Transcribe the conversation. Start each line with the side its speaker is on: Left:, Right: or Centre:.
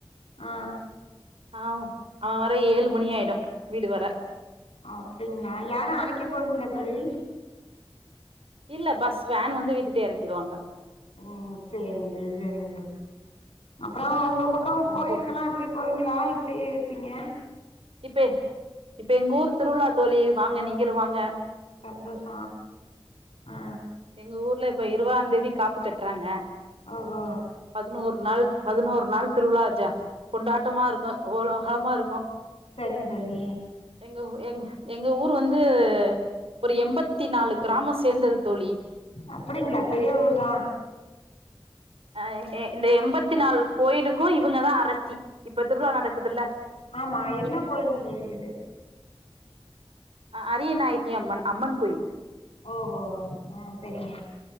Left: ஆ
Right: ஆ அவன் வர ஏழு மணியாயிடும் வீடு வர
Left: அப்டிங்களா, யாரும் அழைக்க போவீங்களா தோழி
Right: இல்ல பஸ் வேன் வந்து வீட்டுட்ட இறக்கிடுவாங்க
Left: ம் சரிங்க தோழி சரிங்க தோழி அப்பற உங்க பக்கம்
Right: ஆ
Left: கோயில்கள்ல்லா
Right: போ
Left: எப்டி போறீங்களா எப்டி இருப்பீங்க
Right: இப்ப இப்ப எங்க ஊர் திருவிழா தோழி வாங்க நீங்களு வாங்க
Left: சந்தோஷ அ
Right: எங்க ஊர்ல இப்ப இருபதா தேதி காப்பு கட்றாங்க
Left: ஓஹோ
Right: பதினோரு நாள் பதினோரு நாள் திருவிழா ஜா கொண்டாட்டமா இருக்கு உவலோகமா இருக்கு
Left: சரிங்க தோழி
Right: எங்க ஊ எங் எங்க ஊர் வந்து ஒரு எம்பத்தி நாலு கிராம சேந்த தோழி
Left: அப்டிங்களா பெரிய ஊர் தா
Right: அ எ இந்த எம்பத்தி நாலு கோயிலுக்கு இவங்கதா அரசி இப்ப திருவிழா நடக்குதுல்ல
Left: ஆமா என்ன கோயிலுங்க தோழி இது
Right: அரியநாயகி அம்மன் அம்மன் கோயில்
Left: ஓஹோ அ சரிங்க